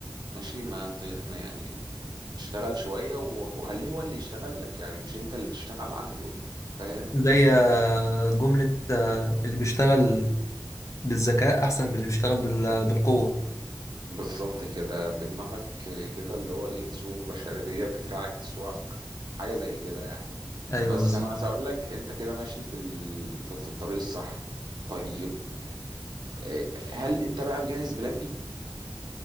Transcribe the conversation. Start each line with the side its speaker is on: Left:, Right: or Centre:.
Right: ماشي ما, ت... ما يعني اشتغل شوية و... وخليه هو اللي يشتغل لك يعني مش انت اللي تشتغل عنده فاهم
Left: زي آه، جملة آه، اللي بيشتغل بالذكاء أحسن من اللي بيشتغل بال- بالقوة
Right: بالظبط كده بدماغك كده اللي هو ايه تسوق بشرية بتراعك تسوق حاجة زي كده يعني
Left: أيوه
Right: بس
Left: بالظبط
Right: انا عايز اقول لك انت كده ماشي في ال... في... في الطريق الصح طيب إيه، هل انت بقى مجهز بلان بي